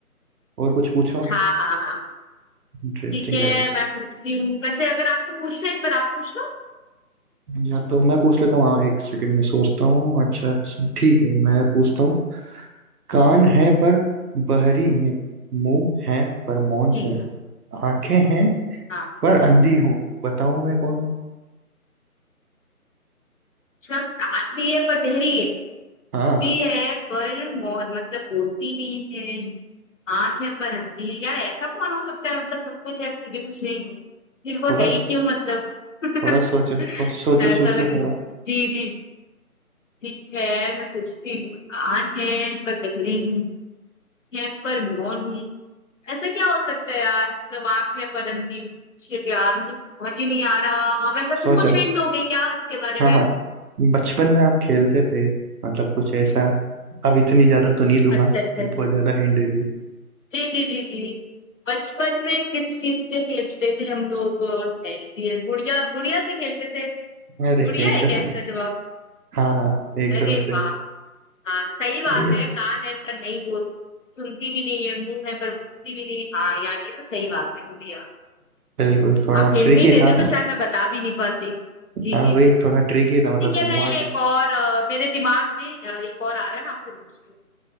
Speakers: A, on the right; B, on the left.
A: और कुछ पूछो
B: हाँ हाँ हाँ
A: इंटरेस्टिंग
B: ठीक है
A: लग रहा है
B: मैं पूछती हूँ वैसे अगर आपको पूछना है इस बार आप पूछ लो
A: या तो मैं पूछ लेता हूँ हाँ एक सेकंड में सोचता हूँ अच्छा अच्छा ठीक है मैं पूछता हूँ कान है पर बहरी हूँ मुंह है पर मौन
B: जी
A: हूँ आंखें हैं
B: हाँ
A: पर अंधी हूँ बताऊँ मैं कौन
B: अच्छा कान भी है पर गहरी है
A: हाँ
B: भी है पर मोहर मतलब बोलती नहीं है आंख है पर अंधी है यार ऐसा कौन हो सकता है मतलब सब कुछ है फिर भी कुछ नहीं फिर वो
A: थोड़ा
B: है ही क्यों मतलब <laughs>
A: थोड़ा सोचो थो, सोचो सोचो
B: ऐसा लगे
A: थोड़ा
B: जी जी ठीक है मैं सोचती हूँ आन है पर बहरीन है पर मौन है ऐसा क्या हो सकता है यार मतलब आंख है पर अंधी शिट यार मुझे समझ ही नहीं आ रहा वैसा
A: सोचो
B: तुम कुछ हिंट दोगे क्या इसके बारे
A: हाँ
B: में
A: हाँ बचपन में आप खेलते थे मतलब कुछ ऐसा अब इतनी ज्यादा तो नहीं दूंगा
B: अच्छा अच्छा
A: बहुत
B: अच्छा अच्छा।
A: ज्यादा हिंट दे दी
B: जी जी जी जी बचपन में किस चीज से खेलते थे हम लोग टेडी बियर गुड़िया गुड़िया से खेलते थे
A: अरे
B: गुड़िया
A: एकदम
B: है क्या इसका जवाब
A: हाँ हाँ एकदम
B: अरे
A: सही
B: वाह हाँ सही
A: सही
B: बात
A: है
B: है कान है पर नहीं बोल सुनती भी नहीं है मुंह है पर बोलती भी नहीं हाँ यार ये तो सही बात है गुड़िया
A: बिल्कुल थोड़ा
B: आप हिंट
A: ट्रिकी
B: नहीं देते
A: था
B: तो शायद मैं बता भी नहीं पाती जी
A: हाँ
B: जी
A: वही थोड़ा ट्रिकी था मतलब
B: ठीक
A: घुमा
B: है मैं एक
A: के
B: और अ, मेरे दिमाग में अ, एक और आ रहा है मैं आपसे पूछती हूँ